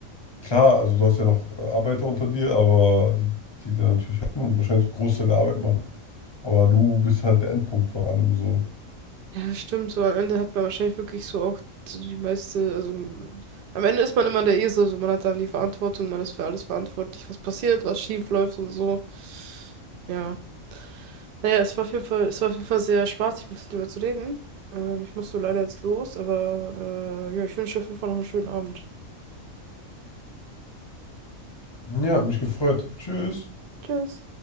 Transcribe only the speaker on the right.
Ja, stimmt, so am Ende hat man wahrscheinlich wirklich so auch so die meiste, also m- am Ende ist man immer der Esel, also man hat dann die Verantwortung, man ist für alles verantwortlich, was passiert, was schief läuft und so. Ja. Naja, es war auf jeden Fall, es war auf jeden Fall sehr spaßig, mit dir darüber zu reden. Ähm, ich muss so leider jetzt los, aber äh, ja, ich wünsche dir auf jeden Fall noch einen schönen Abend.
Tschüss.